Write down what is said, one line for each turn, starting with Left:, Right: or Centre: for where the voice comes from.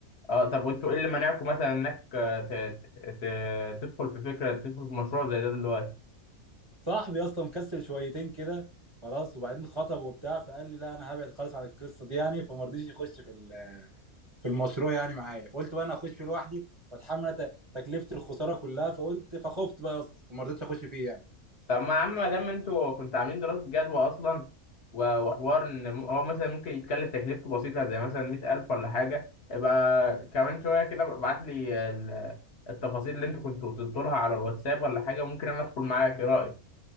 Left: اه طب وانتوا ايه اللي منعكم مثلا انك آه، ت- ت- ت- تدخل في فكره تدخل في مشروع زي ده دلوقتي
Right: صاحبي اصلا مكسل شويتين كده خلاص وبعدين خطب وبتاع فقال لي لا انا هبعد خالص عن القصه دي يعني فما رضيش يخش في ال- في المشروع يعني معايا فقلت بقى انا اخش فيه لوحدي واتحمل أنا ت- تكلفه الخساره كلها فقلت فخفت بقى يا اسطى فما رضيتش اخش فيه يعني
Left: طب ما يا عم ما دام انتوا كنتوا عاملين دراسه جدوى اصلا و- وحوار ان م- هو مثلا ممكن يتكلف تكلفته بسيطه زي مثلا 100000 ولا حاجه يبقى كمان شويه كده ابعت لي ال- التفاصيل اللي انتوا كنتوا وصلتوا لها على الواتساب ولا حاجه ممكن انا ادخل معاك ايه رايك